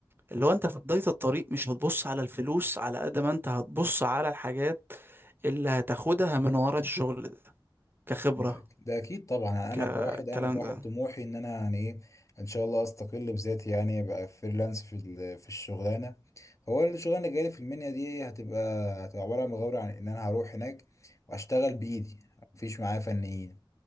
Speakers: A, on the right; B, on the left.
A: اللي هو انت في بداية الطريق مش هتبص على الفلوس على قد ما انت هتبص على الحاجات اللي هتاخدها من ورا الشغل ده كخبرة
B: ده ده اكيد طبعا
A: كالكلام
B: انا كواحد انا كواحد
A: ده
B: طموحي ان انا يعني ايه ان شاء الله استقل بذاتي يعني ابقى فريلانس في ال- في الشغلانه هو الشغلانه اللي جالي في المنيا دي هتبقى هتبقى عباره عن مغامره عن ان انا هروح هناك واشتغل بايدي مفيش معايا فنيين